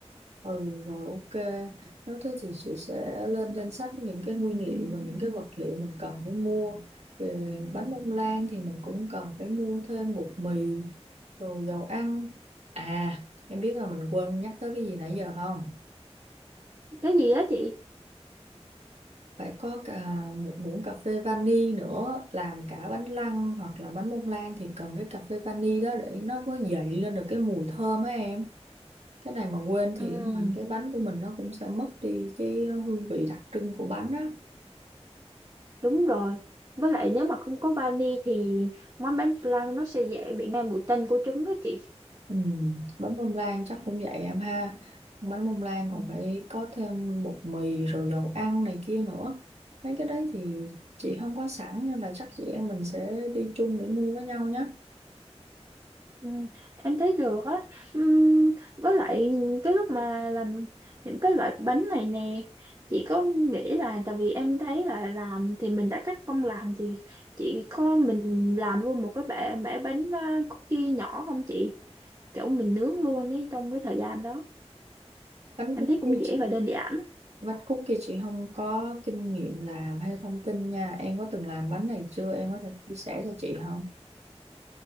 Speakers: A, on the right; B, on the right.
A: ừ rồi ok nếu thế thì chị sẽ lên danh sách những cái nguyên liệu và những cái vật liệu mình cần phải mua về bánh bông lan thì mình cũng cần phải mua thêm bột mì rồi dầu ăn à em biết là mình quên nhắc tới cái gì nãy giờ không
B: cái gì á chị
A: phải có cả một muỗng cà phê vani nữa làm cả bánh lăng hoặc là bánh bông lan thì cần cái cà phê vani đó để nó có dậy lên được cái mùi thơm á em cái này mà quên
B: Ừm.
A: thì ngoài cái bánh của mình nó cũng sẽ mất đi cái ờ, hương vị đặc trưng của bánh á
B: Đúng rồi. Với lại nếu mà không có vani thì món bánh flan nó sẽ dễ bị ngay mùi tanh của trứng đó chị.
A: ừ. bánh bông lan chắc cũng vậy em ha bánh bông lan
B: Ừ.
A: còn phải có thêm bột mì rồi dầu ăn này kia nữa mấy cái đấy thì chị không có sẵn nên là chắc chị em mình sẽ đi chung để mua với nhau nhé
B: Ừ, em thấy được á. Ừm, với lại cái lúc mà làm những cái loại bánh này nè, chị có nghĩ là tại vì em thấy là làm thì mình đã cách công làm thì chị có mình làm luôn một cái bẻ mẻ bánh à, cookie nhỏ không chị? Kiểu mình nướng luôn ấy trong cái thời gian đó.
A: bánh
B: Em
A: cookie
B: thấy cũng dễ
A: chị
B: và đơn giản.
A: Vắt cúc kia chị không có kinh nghiệm làm hay thông tin nha. Em có từng làm bánh này chưa? Em có thể chia sẻ cho chị không?